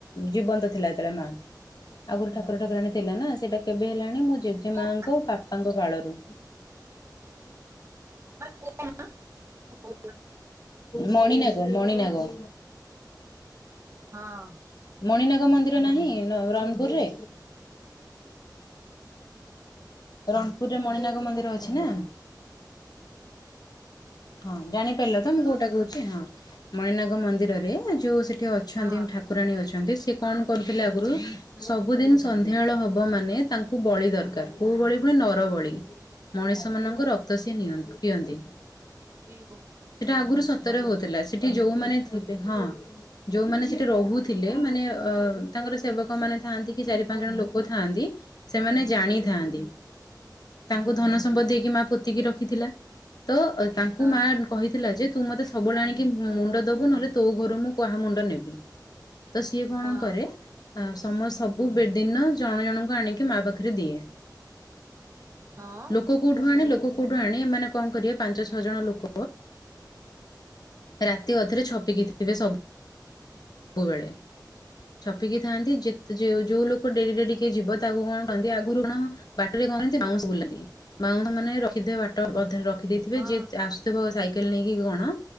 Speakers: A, on the left (about 60°); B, on the right (about 35°).
A: ଜୀବନ୍ତ ଥିଲା ଯେତେବେଳେ ମା ଆଗରୁ ଠାକୁର ଠାକୁର ଆଣ ଥିଲା ନା ସେଟା କେବେ ହେଲାଣି ମୁଁ ଜେଜେ
B: ହଁ
A: ମାଙ୍କ ବାପାଙ୍କ କାଳରୁଁ
B: ମ କ ହଉ
A: ମଣିନାଗ ମଣିନାଗ
B: ହଁ
A: ମଣିନାଗ ମନ୍ଦିର ନାହିଁ ରଣପୁରରେ ରଣପୁରରେ ମଣିନାଗ ମନ୍ଦିର ଅଛି ନା ହଁ ଜାଣିପାରିଲ ତ ମୁଁ କୋଉଟା କହୁଛି ହଁ ମଣିନାଗ ମନ୍ଦିରରେ ଯୋଉ ସେଠି ଅଛନ୍ତି
B: ହଁ
A: ଠାକୁ କୁକୁରାଣୀ ଅଛନ୍ତି ସେ କଣ କରୁଥିଲେ ଆଗରୁ ସବୁଦିନ ସନ୍ଧ୍ୟାବେଳ ହବ ମାନେ ତାଙ୍କୁ ବଳି ଦରକାର କୋଉ ବଳି ପୁଣି ନର ବଳି ମଣିଷ ମାନଙ୍କ ରକ୍ତ ସେ ନିଅନ୍ତି ପିଅନ୍ତି
B: ଇ
A: ସେଟା ଆଗରୁ ସତରେ
B: ବୋପାଲୋ
A: ହଉଥିଲା ସେଠି ଯୋଉମାନେ ଥିଲେ ହଁ ଯୋଉମାନେ ସେଠି ରହୁଥିଲେ ମାନେ ଅ ତାଙ୍କର ସେବକ ମାନେ ଥାଆନ୍ତି କି ଚାରି ପାଞ୍ଚ ଜଣ ଲୋକ ଥାଆନ୍ତି। ସେମାନେ ଜାଣିଥାନ୍ତି ତାଙ୍କୁ ଧନ ସମ୍ପଦ ଦେଇକି ମା ପୋତିକି ରଖିଥିଲା ତ ତାଙ୍କୁ
B: ହଁ
A: ମା କହିଥିଲା ଯେ ତୁ ମତେ ସବୁବେଳେ ଆଣିକି ମୁଣ୍ଡ ଦବୁ ନହେଲେ ତୋ ଘରୁ ମୁଁ କହା ମୁଣ୍ଡ ନେବି ତ ସିଏ କଣ
B: ହଁ
A: କରେ ସମ ସବୁ ବେ ଦିନ ଜଣ ଜଣଙ୍କୁ ଆଣିକି ମା ପାଖରେ ଦିଏ
B: ହଁ
A: ଲୋକ କୋଉଠୁ ଆଣେ ଲୋକ କୋଉଠୁ ଆଣେ ଏମାନେ କଣ କରିବେ ପାଞ୍ଚ ଛଅ ଜଣ ଲୋକ ରାତି ଅଧରେ ଛପିକି ଥିବେ ସବୁ
B: ହ
A: ସବୁବେଳେ ଛପିକି ଥାନ୍ତି ଯେ ଯଉ ଯୋଉ ଲୋକ ଡେରିରେ ଟିକେ ଯିବ ତାକୁ କଣ କହନ୍ତି ଆଗରୁ କଣ ବାଟରେ କଣନ୍ତି ବାଉଁଶ ବୁଲନ୍ତି ବାଉଁଶ ମାନେ ରଖିଦି ବାଟ ବଧରେ ରଖି ସେଠ ଦେଇଥିବେ
B: ହଁ
A: ଯିଏ ଆସୁଥିବ ସାଇକେଲ ନେଇକି କଣ